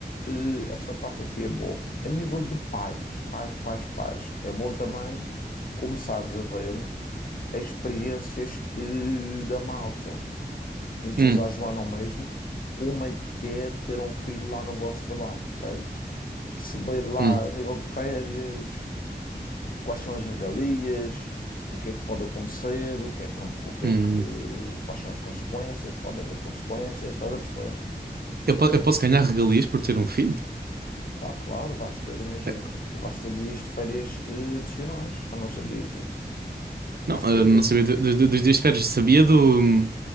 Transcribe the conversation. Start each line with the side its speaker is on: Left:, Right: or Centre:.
Left: Eh, Essa parte aqui é boa. A nível de pais, pais, pais, pais, é bom também começares a ver as experiências eh, da malta e dizes
Right: hum,
Left: à Joana ao mesmo como é que é ter um filho lá no vosso trabalho, percebes? Perceber lá
Right: hum,
Left: a nível de férias, quais são as regalias, o que é que pode acontecer, o que é que não, o que
Right: hum.
Left: é que, eh, quais são as consequências, pode haver consequências, estás a perceber?
Right: Eu, po- eu posso ganhar regalias por ter um filho?
Left: Pá, claro, vais ter, imagina,
Right: É.
Left: tu vais ter dias de férias eh, adicionais, eu não sabias disso.
Right: Não,
Left: Vais
Right: uh,
Left: ter,
Right: não
Left: eh,
Right: sabia do- do- do- dos dias de férias, sabia do,